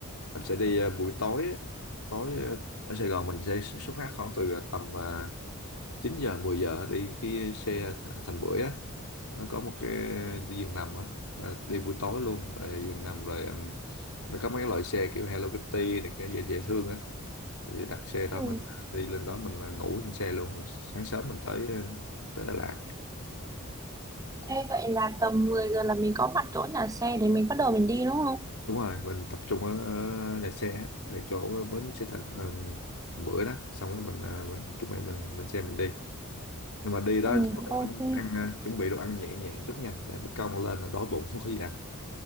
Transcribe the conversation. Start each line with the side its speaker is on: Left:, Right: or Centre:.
Left: mình sẽ đi ờ, buổi tối á. tối ờ, ở Sài Gòn mình sẽ xuất phát khoảng từ ờ, tầm ờ, 9 giờ 10 giờ đi cái xe th- Thành Bưởi á. Nó có một cái đi giường nằm á, Ờ, đi buổi tối luôn, Ờ, giường nằm rồi ờm, nó có mấy cái loại xe kiểu Hello Kitty này cái dễ dễ thương á thì đặt xe đó
Right: Ừ.
Left: mình đi lên đó mình à, ngủ trên xe luôn rồi sáng sớm mình tới à, tới Đà Lạt
Right: Ê, vậy là tầm mười giờ là mình có mặt chỗ nhà xe để mình bắt đầu mình đi đúng không?
Left: đúng rồi mình tập trung ở, ở nhà xe á, ở chỗ bến xe Thành ờ, Thành Bưởi đó xong rồi mình, ờ, mình chuẩn bị mình lên xe mình đi nhưng mà đi đó
Right: ừ
Left: chắc là
Right: ok
Left: cũng ăn ờ, chuẩn bị đồ ăn nhẹ nhẹ chút nha để nó cong lên là đói bụng <laughs> không có gì ăn